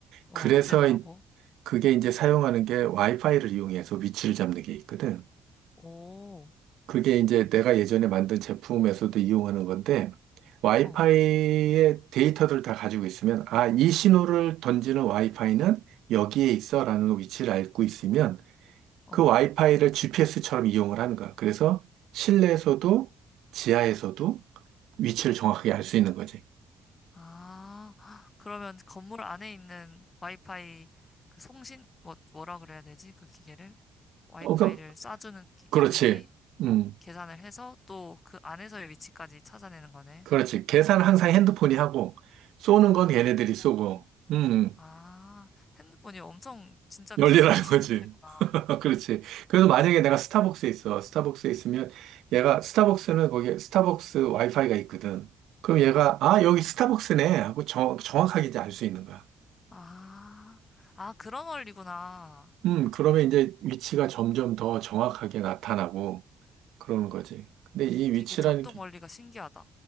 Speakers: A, on the left; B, on the right.
A: 어,
B: 그래서
A: 안 되더라고.
B: 이- 그게 이제 사용하는 게 와이파이를 이용해서 위치를 잡는 게 있거든.
A: 오,
B: 그게 이제 내가 예전에 만든 제품에서도 이용하는 건데 와이파이의
A: 어,
B: 데이터들을 다 가지고 있으면 아, 이 신호를 던지는 와이파이는 여기에 있어라는 위치를 알고 있으면
A: 어.
B: 그 와이파이를 GPS처럼 이용을 하는 거야. 그래서 실내에서도 지하에서도 위치를 정확하게 알 수 있는 거지.
A: 아, 아, 그러면 건물 안에 있는 와이파이, 그 송신, 뭐, 뭐라 그래야 되지? 그 기계를? 와이파이를
B: 어, 그,
A: 쏴주는 기계들이
B: 그렇지. 음,
A: 계산을 해서 또 그 안에서의 위치까지 찾아내는 거네.
B: 그렇지. 계산은 항상 핸드폰이 하고, 쏘는
A: 아,
B: 건 걔네들이
A: 핸드폰.
B: 쏘고, 음,
A: 아, 핸드폰이 엄청 진짜 기술의
B: 열리라는
A: 집약체구나.
B: 거지. <laughs> 그렇지. 그래서 만약에
A: 어,
B: 내가 스타벅스에 있어. 스타벅스에 있으면 얘가, 스타벅스는 거기에 스타벅스 와이파이가 있거든. 그럼 얘가,
A: 어.
B: 아, 여기 스타벅스네. 하고 정, 정확하게 이제 알 수 있는 거야.
A: 아, 아, 그런 원리구나.
B: 음, 그러면 이제 위치가 점점 더 정확하게 나타나고 그러는 거지. 근데 이
A: 되게
B: 위치라는
A: 작동
B: 게,
A: 원리가 신기하다.